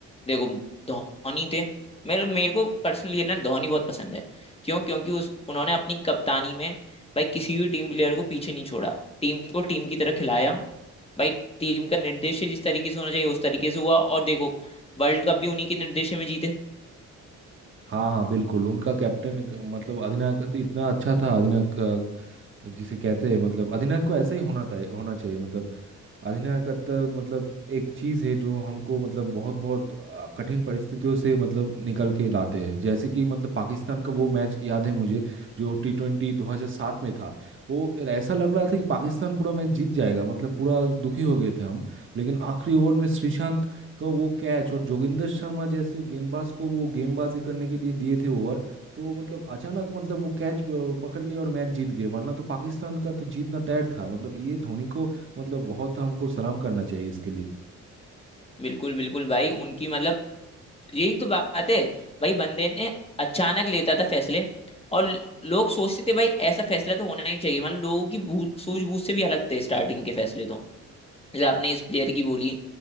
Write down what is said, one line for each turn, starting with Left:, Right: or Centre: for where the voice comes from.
Left: देखो धोनी थे मेरे मेरे को पर्सनली ना धोनी बहुत पसंद है क्यों क्योंकि उस उन्होंने अपनी कप्तानी में भाई किसी भी टीम प्लेयर को पीछे नहीं छोड़ा टीम को टीम की तरह खिलाया भाई टीम का निर्देश जिस तरीके से होना चाहिए उस तरीके से हुआ और देखो वर्ल्ड कप भी उन्हीं के निर्देश में जीते
Right: हाँ हाँ बिल्कुल उनका कैप्टन मतलब अधिनायक इतना अच्छा था अधिनायक अ, जिसे कहते हैं मतलब अधिनायक को ऐसा ही होना था होना चाहिए मतलब अधिनायकत्व मतलब एक चीज है जो हमको मतलब बहुत बहुत आ, कठिन परिस्थितियों से मतलब निकल के लाते हैं जैसे कि मतलब पाकिस्तान का वो मैच याद है मुझे जो टी ट्वेंटी 2007 में था वो ऐसा लग रहा था कि पाकिस्तान पूरा मैच जीत जाएगा मतलब पूरा दुखी हो गए थे हम लेकिन आखिरी ओवर में श्रीशांत का वो कैच और जोगिंदर शर्मा जैसे गेंदबाज को वो गेंदबाजी करने के लिए दिए थे ओवर तो मतलब अचानक मतलब वो कैच पकड़ लिया और मैच जीत गए वरना तो पाकिस्तान का तो जीतना तय था मतलब ये धोनी को मतलब बहुत हमको सलाम करना चाहिए इसके लिए
Left: बिल्कुल बिल्कुल भाई उनकी मतलब यही तो बात है भाई बंदे ने अचानक लेता था फैसले और लोग सोचते थे भाई ऐसा फैसला तो होना नहीं चाहिए मतलब लोगों की भू- सूझबूझ से भी अलग थे स्टार्टिंग के फैसले तो जैसे आपने इस प्लेयर की बोली